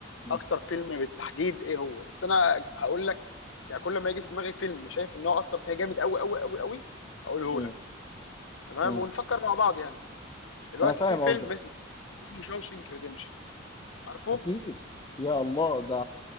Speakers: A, on the left; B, on the left.
A: مم.
B: اكتر فيلم بالتحديد ايه هو بس انا هقول لك يعني كل ما يجي في دماغي فيلم شايف ان هو اثر فيها جامد قوي قوي قوي قوي اقوله
A: مم.
B: لك تمام
A: مم.
B: ونفكر مع بعض يعني دلوقتي
A: انا فاهم
B: في فيلم
A: قصدك
B: اسمه اسمه شاوشنك ريديمشن عارفه
A: اكيد يا الله ده